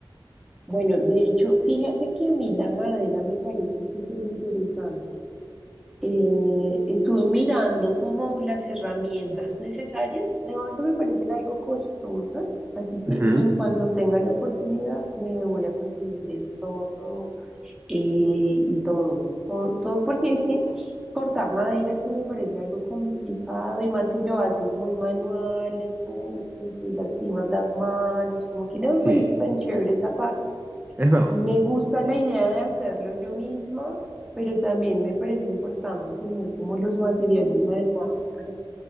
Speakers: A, in the centre; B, on the right (about 20°).
A: Bueno, de hecho, fíjate que a mí la madera me parece súper interesante. Eh, estuve mirando como las herramientas necesarias. De momento me parecen algo costosas, así que
B: Ujú,
A: en cuanto tenga la oportunidad me voy a conseguir el torno eh, y todo, todo, todo, porque es que cortar madera sí me parece algo complicado y más si lo haces muy manual, es como que te lastimas las manos, como que no me
B: sí,
A: parece tan chévere esa parte.
B: es verdad.
A: Me gusta la idea de hacerlo yo misma, pero también me parece importante tener como los materiales adecuados para